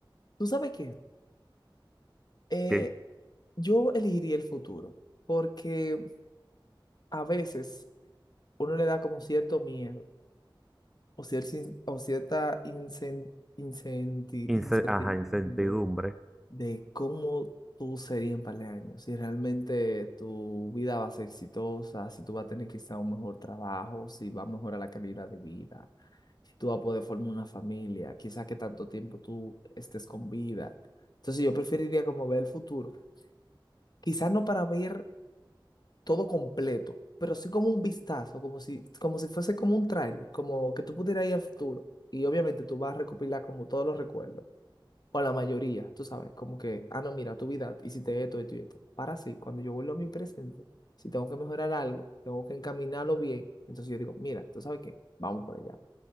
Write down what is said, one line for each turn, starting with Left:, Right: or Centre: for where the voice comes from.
Left: ¿Tú sabes qué? Eh,
Centre: Que,
Left: yo elegiría el futuro, porque a veces uno le da como cierto miedo o, cier- sin- o cierta incen- incenti-
Centre: ince-
Left: incertidumbre
Centre: ajá, incertidumbre.
Left: de cómo tú serías en par de años, si realmente tu vida va a ser exitosa, si tú vas a tener quizá un mejor trabajo, si va a mejorar la calidad de vida, si tú vas a poder formar una familia, quizá que tanto tiempo tú estés con vida. Entonces yo preferiría como ver el futuro, quizá no para ver todo completo, pero sí como un vistazo, como si, como si fuese como un tráiler, como que tú pudieras ir al futuro. Y obviamente tú vas a recopilar como todos los recuerdos o la mayoría, tú sabes, como que, ah, no, mira, tu vida, hiciste esto, esto y esto. Para sí, cuando yo vuelvo a mi presente, si tengo que mejorar algo, tengo que encaminarlo bien, entonces yo digo, mira, tú sabes qué, vamos por allá.